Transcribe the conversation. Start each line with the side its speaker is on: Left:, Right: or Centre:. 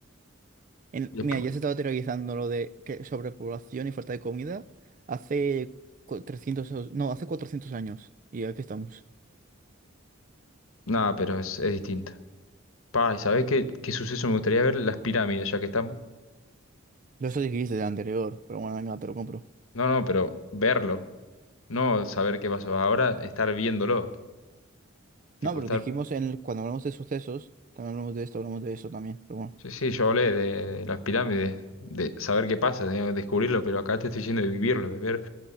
Right: En-
Left: Despu-
Right: mira, ya se estaba teorizando lo de que sobrepoblación y falta de comida hace cu- 300, o- no, hace 400 años. Y aquí estamos.
Left: Nada, pero es, es distinto. Pa, ¿y sabés qué, qué suceso me gustaría ver? Las pirámides, ya que estamos.
Right: No, Eso dijiste de anterior, pero bueno, venga, te lo compro.
Left: No, no, pero verlo. No saber qué pasó. Ahora estar viéndolo. Tipo,
Right: No, pero
Left: estar
Right: dijimos en el- cuando hablamos de sucesos, también hablamos de esto, hablamos de eso también, pero bueno.
Left: Sí, sí, yo hablé de las pirámides, de saber qué pasa, de descubrirlo, pero acá te estoy diciendo de vivirlo, de ver